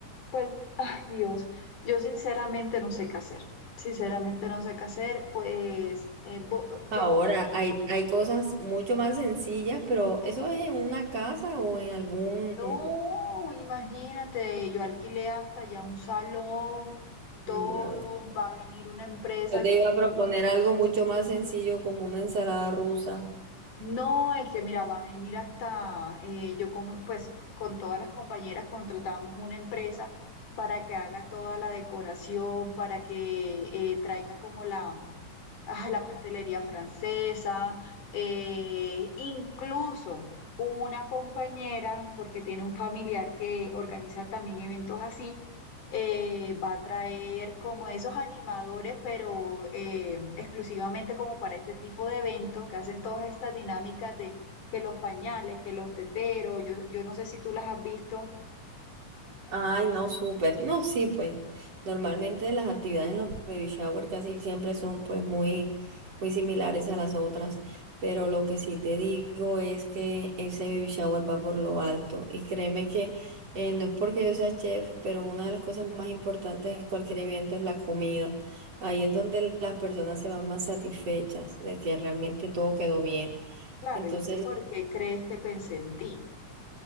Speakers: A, on the left; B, on the right.
A: pues, ay, Dios, yo sinceramente no sé qué hacer. Sinceramente no sé qué hacer. Pues eh, bo- yo
B: Ahora hay, hay cosas mucho más sencillas, pero ¿eso es en una casa o en algún...
A: No, imagínate, yo alquilé hasta ya un salón, todo,
B: No.
A: va a venir una empresa
B: Yo te
A: que
B: iba a proponer algo mucho más sencillo como una ensalada rusa.
A: no, es que mira, va a venir hasta, eh, yo con, pues con todas las compañeras contratamos una empresa para que haga toda la decoración, para que eh, traiga como la, ah, la pastelería francesa, eh, incluso una compañera, porque tiene un familiar que organiza también eventos así eh, va a traer como esos animadores, pero eh, exclusivamente como para este tipo de evento, que hacen todas estas dinámicas de que los pañales, que los teteros, yo, yo no sé si tú las has visto.
B: Ay, no, súper. No, sí, pues normalmente las actividades en los baby shower casi siempre son pues muy, muy similares a las otras, pero lo que sí te digo es que ese baby shower va por lo alto y créeme que eh, no es porque yo sea chef, pero una de las cosas más importantes en cualquier evento es la comida. Ahí es donde las personas se van más satisfechas de que realmente todo quedó bien.
A: Claro,
B: Entonces
A: y es que ¿por qué crees que pensé en ti?